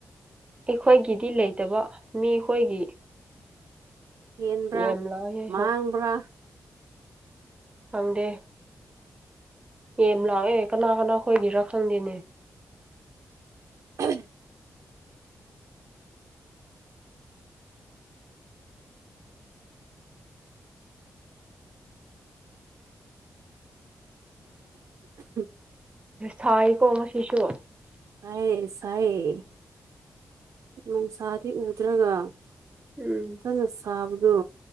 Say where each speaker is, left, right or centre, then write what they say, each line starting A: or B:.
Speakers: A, on the right; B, on the right.
A: ꯑꯩꯈꯣꯏꯒꯤꯗꯤ ꯂꯩꯇꯕ ꯃꯤꯈꯣꯏꯒꯤ
B: ꯍꯦꯟꯕ꯭ꯔꯥ
A: ꯌꯥꯝ ꯂꯥꯛꯑꯦ
B: ꯃꯥꯡꯕ꯭ꯔꯥ
A: ꯐꯪꯗꯦ ꯌꯦ ꯂꯥꯛꯑꯦ ꯀꯅꯥ ꯀꯅꯥ ꯈꯣꯏꯒꯤꯔꯥ ꯈꯪꯗꯦꯅꯦ
B: <unintelligible> ꯎ
A: ꯁꯥꯏꯀꯣ ꯉꯁꯤꯁꯨ
B: ꯁꯥꯏ ꯁꯥꯏꯌꯦ ꯎꯅꯨꯡꯁꯗꯤ ꯎꯗ꯭ꯔꯒ
A: ꯎꯝ
B: ꯆꯂ ꯁꯥꯕꯗꯨ